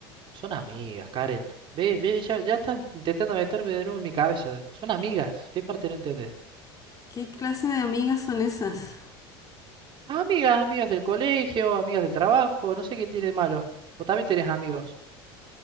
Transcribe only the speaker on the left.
¿Qué clase de amigas son esas?